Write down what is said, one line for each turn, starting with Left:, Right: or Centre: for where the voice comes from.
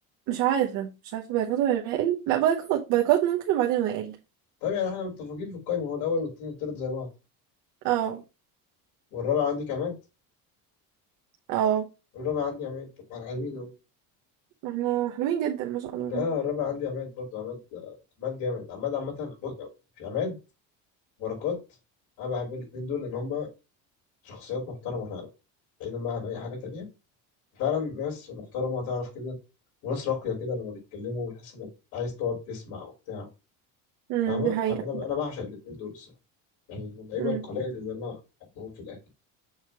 Right: مش عارفة مش عارفة بايكوت ولا وائل لا بايكوت بايكوت ممكن وبعدين وائل
Left: طب يعني احنا متفقين في القايمه هو الاول والثاني والثالث زي بعض
Right: اه
Left: والرابع عندك عماد
Right: اه
Left: الرابع عندي عماد طب ما انا حلوين اهو
Right: احنا حلوين جدا ما شاء الله
Left: لا الرابع عندي عماد برضه عماد آه، عماد جامد عماد عامة بص، في عماد بركات انا بحب الاتنين دول لان هما شخصيات محترمة فعلا بعيدا بقى عن اي حاجة تانية فعلا ناس محترمة تعرف كده وناس راقية كده لما بيتكلموا بتحس انك عايز تقعد تسمع وبتاع
Right: امم
Left: فاهمة
Right: دي حقيقة
Left: فانا انا بعشق الاتنين دول الصراحة يعني من اللعيبة
Right: امم
Left: القلائل اللي انا بحبهم في الاهلي